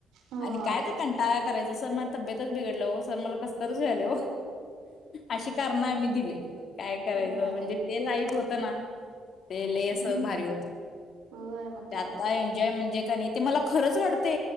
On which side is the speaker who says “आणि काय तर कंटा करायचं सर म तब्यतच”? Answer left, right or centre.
Left